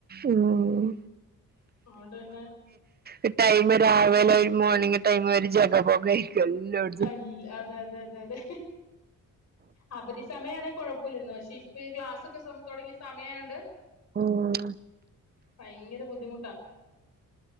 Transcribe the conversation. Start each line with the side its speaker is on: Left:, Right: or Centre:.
Right: ഉം
Left: അഓണ്ട് പിന്നെ
Right: ഈ ടൈം രാവിലെ ഒരു മോർണിംഗ ടൈമ ഒരു ജഗ പോക ക്കെ ന്നോ <unintelligible>
Left: അൽ അതെ അതെ അതെ അതെ അവധി സമയാണേ കുഴപ്പമില്ലന്ന് പക്ഷെ പ്പൊ ഈ ക്ലാസൊക്കെ സമ് തൊടങ്ങിയ സമയായോണ്ട്
Right: ഉം
Left: ഭയങ്കര ബുദ്ധിമുട്ടാ